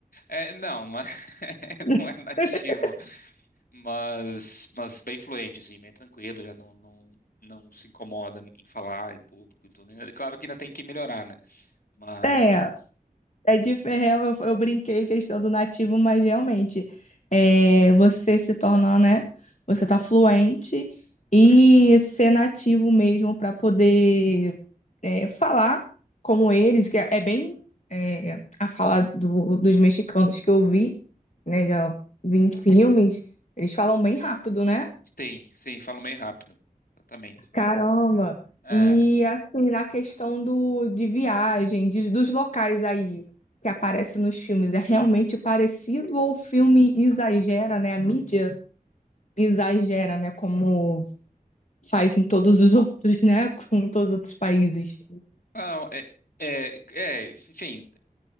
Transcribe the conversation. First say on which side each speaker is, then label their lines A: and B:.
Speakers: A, on the left; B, on the left.
A: É, não, não é, <laughs>
B: <laughs>
A: não é nativo, mas, mas bem fluente, assim, bem tranquilo, já não, não, não se incomoda em falar em público e tudo. né? Claro que ainda tem que melhorar, né? Mas
B: É, É de ferrão, eu, eu brinquei questão do nativo, mas realmente é, você se torna, né? Você tá fluente e ser nativo mesmo para poder é, falar como eles, que é, é bem é, a fala do- dos mexicanos que eu vi, né? Já vi em filmes, eles falam bem rápido, né?
A: sim, sim, falo meio rápido. Exatamente.
B: Caramba!
A: É,
B: E assim, na questão do, de viagem, de- dos locais aí que aparecem nos filmes, é realmente parecido ou o filme exagera, né? A mídia exagera, né? Como faz em todos os outros, né? <laughs> Com todos os outros países.
A: não, é, é, é, enfim,